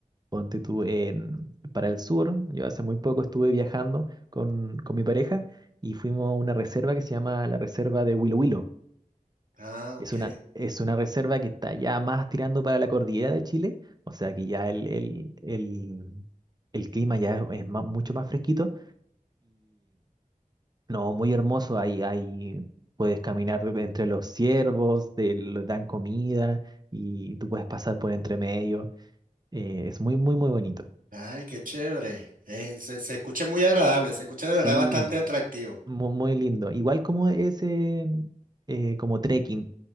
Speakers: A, on the right; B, on the right.
A: ponte tú en, para el sur, yo hace muy poco estuve viajando con, con mi pareja y fuimos a una reserva que se llama la Reserva de Huilo Huilo.
B: ah, ok.
A: Es una, es una reserva que está ya más tirando para la cordillera de Chile, o sea que ya el, el, el, el clima ya es, es ma- mucho más fresquito no, muy hermoso. Ahí, ahí puedes caminar entre los ciervos, te lo- dan comida y tú puedes pasar por entre medio. Eh, es muy, muy, muy bonito.
B: Ay, qué chévere. Eh, se, se escucha muy agradable, se escucha de
A: Sí,
B: verdad bastante atractivo.
A: mu- muy, lindo. Igual como ese, eh, como trekking.